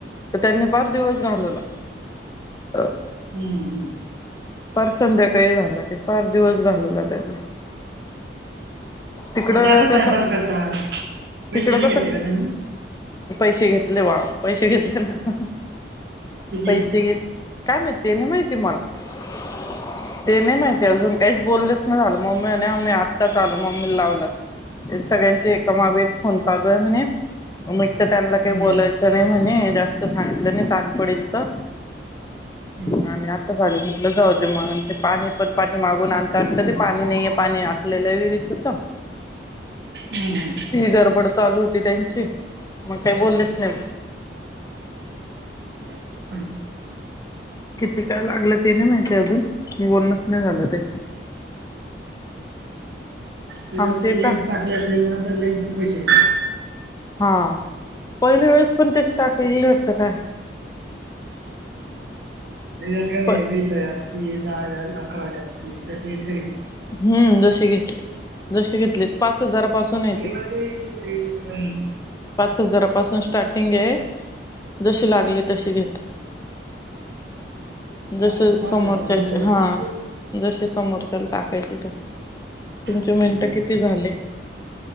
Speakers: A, on the left (about 20°); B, on the right (about 70°).
A: तर त्यांनी फार दिवस घालवला
B: हम्म
A: फार संध्याकाळी झालं ते फार दिवस घालवला त्यांनी तिकडं
B: मग ते असं
A: त्यास
B: टाइमपास करतात पैसे
A: तिकडं
B: नाही
A: कसं
B: घेतले का त्यांनी
A: पैसे घेतले बाळ पैसे घेतले ना
B: किती
A: पैसे घेत काय माहिती त्या नाही माहिती आहे मला ते नाही माहिती ते अजून काहीच बोललेच नाही झालं मम्मी आणि आम्ही आत्ताात आलो मम्मी लावलं सगळ्यांचे एकामागे एक फोन चालू आहे म्हणे मग त त्यांना काय
B: हम्म,
A: बोलायचं नाय म्हणे जास्त सांगितलं नाय ताण पडल त
B: हम्म,
A: आणि आता झाले म्हटलं जाऊ दे म आणि ते पाणी पण पा ते मागून आणता आणता ते पाणी नाहीये पाणी आटलेलं विहिरीच त
B: हम्म,
A: ही गडबड चालू होती त्यांची मग काय बोललेच नाय
B: <inaudible>
A: किती काय लागलं ते नाय माहिती अजून बोलणच नाय झालं ते
B: तिथ
A: आमच्या
B: ते
A: इथ
B: लेन्स टाकले असेल ना तर लेन्सचे पैसे घेतात.
A: हा पहिल्या वेळेस पण तेच टाकलेले वाटत काय
B: हे आणि आणि
A: प
B: वीस हजारची दहा हजार अकरा हजार ची जस येतय
A: हम्म जशी घेतली जशी घेतलीत पाच हजारापासून
B: <unintelligible>
A: आहे ती पाच हजारापासून स्टार्टिंग ये जशी लागली तशी घेत जसे
B: हा ते पाच
A: समोरच्याचं
B: हजार लोक लागतात
A: हा जसे समोरच् तर टाकायची तशी तुमची
B: हम्म.
A: मिनिटं किती झाली?